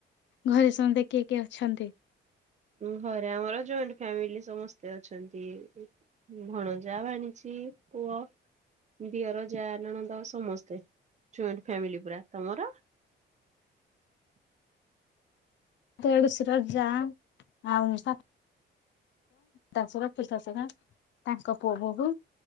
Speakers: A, on the left; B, on the right.
A: ଘରେ ସମସ୍ତେ କିଏ କିଏ ଅଛନ୍ତି?
B: ଘରେ ଆମର ଜଏଣ୍ଟ ଫ୍ୟାମିଲି ସମସ୍ତେ ଅଛନ୍ତି। ଭଣଜା ଭାଣିଜୀ ପୁଅ ଦିଅର ଜାଆ ନଳଦ ସମସ୍ତେ ଜଏଣ୍ଟ ଫାମିଲି ପୁରା। ତମର? <unintelligible>
A: ଦେଢଶୁର ଜା ଆଉ ସା ଦାଶ ବା ପ ଦାଶ ତାଙ୍କ ପୁଅ ବୋହୁ